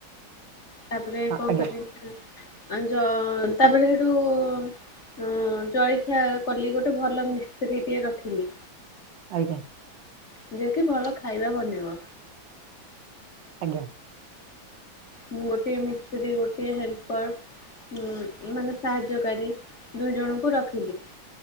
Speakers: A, on the left; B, on the right.
A: ତାପରେ
B: ହଁ
A: କଣ
B: ଆଜ୍ଞା
A: କରିବି ନା ଆଉ ଜ ତାପରେ ସେଠୁ ଅଁ ଜଳିଖିଆ କଲି ଗୋଟେ ଭଲ ମିସ୍ତ୍ରୀ ଟିଏ ରଖିଲି।
B: ଆଜ୍ଞା।
A: ଯିଏକି ଭଲ ଖାଇବା ବନେଇବ।
B: ଆଜ୍ଞା।
A: ଉଁ ଗୋଟିଏ ମିସ୍ତ୍ରୀ ଗୋଟିଏ ହେଲପର ଉଁ ମାନେ ସାହାଯ୍ୟକାରୀ। ଦୁଇ ଜଣଙ୍କୁ ରଖିଲି।